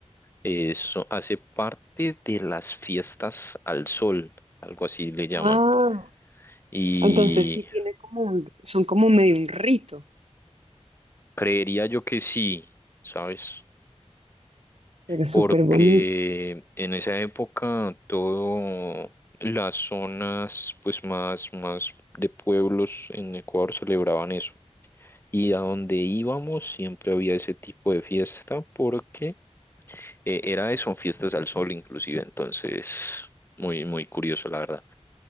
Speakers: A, on the left; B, on the right.
A: eso hace parte de las fiestas al sol, algo así le llaman.
B: Ah,
A: Y
B: entonces sí tiene como un, son como medio un rito,
A: creería yo que sí, ¿sabes?
B: pero
A: porque
B: súper bonito.
A: en esa época todo las zonas pues más más de pueblos en Ecuador celebraban eso y a donde íbamos siempre había ese tipo de fiesta porque eh, era eso, fiestas al sol inclusive, entonces muy muy curioso la verdad.